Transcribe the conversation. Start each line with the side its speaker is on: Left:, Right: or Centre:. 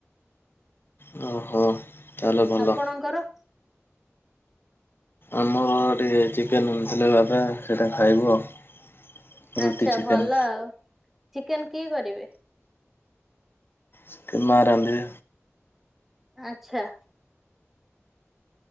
Left: ଓହୋ ତାହେଲେ ଭଲ।
Centre: ଆପଣଙ୍କର?
Left: ଆମର ଟି ଟିକିଏ ଚିକେନ୍ ଆଣିଥିଲେ ବାବା ସେଇଟା ଖାଇବୁ ଆଉ
Centre: ଆଚ୍ଛା
Left: ରୁଟି ଚିକେନ୍।
Centre: ଭଲ ଆଉ ଚିକେନ କିଏ କରିବେ?
Left: ଚିକେନ୍ ମା ରାନ୍ଧିବେ।
Centre: ଆଚ୍ଛା।